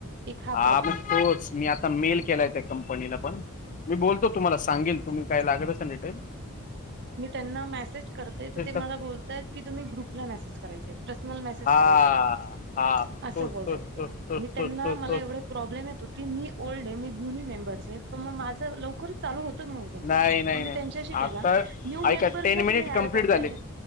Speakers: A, on the right; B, on the left.
A: एक
B: हा
A: प्रॉब्लेम
B: म
A: आहे
B: तोच मी आ ता मेल केलाय त्या कंपनीलापण, मी बोलतो तुम्हाला सांगेल तुम्ही काय लागत असलं डीटेल.
A: मी त्यांना मेसेज करते तर ते
B: कर
A: मला बोलतायत की तुम्ही ग्रुपला मेसेज करायचेय. पर्सनल मेसेज
B: हा
A: करायचे नाही,
B: हा मग
A: अस
B: तोच
A: बोलताय
B: तोच
A: त्यां
B: तोच तोच
A: मी त्यांना
B: तोच तोच
A: मला
B: तोच
A: एवढ प्रॉब्लेम येत होती मी ओल्ड हे, मी जुनी मेंबर्स आहे त म माझ लवकर चालू होतच नव्हतं,
B: नाही नाही
A: मग मी
B: नाही
A: त्यांच्याशी केला
B: आता
A: न्यू
B: ऐका
A: मेंबर्सला
B: टेन मिनिट
A: तुम्ही
B: कंप्लीट
A: ऍड करताय.
B: झाले